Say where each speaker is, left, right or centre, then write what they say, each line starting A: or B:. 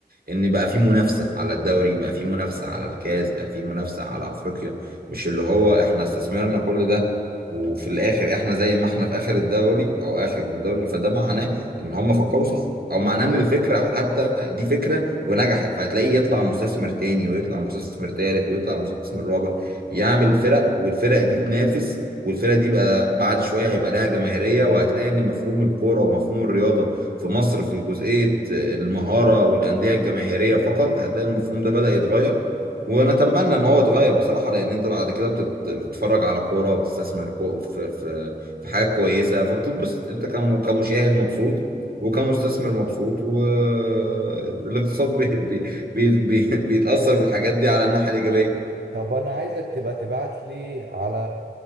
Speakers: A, on the right; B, on the right.
A: ان بقى في منافسه على الدوري بقى في منافسه على الكاس بقى في منافسه على افريقيا مش اللي هو احنا استثمرنا كل ده وفي الاخر احنا زي ما احنا في اخر الدوري او اخر الدوري فده معناه ان هم فكروا صح او معناه ان الفكره حتى دي فكره ونجحت فهتلاقيه يطلع مستثمر تاني ويطلع مستثمر تالت ويطلع مستثمر رابع يعمل فرق والفرق دي تنافس والفرقه دي بقى بعد شويه هيبقى لها جماهيريه وهتلاقي ان مفهوم الكوره ومفهوم الرياضه في مصر في جزئيه المهاره والانديه الجماهيريه فقط هتلاقي المفهوم ده بدأ يتغير ونتمنى ان هو يتغير بصراحه لان انت بعد كده بتت- بتتفرج على كوره وبتستثمر كو- في في في حاجات كويسه فبتتبسط انت كم- كمشاهد مبسوط وكمستثمر مبسوط والاقتصاد بي بي بي بي بيتأثر بالحاجات دي على الناحية الإيجابية
B: طب انا عايزك تبقى تبعت لي على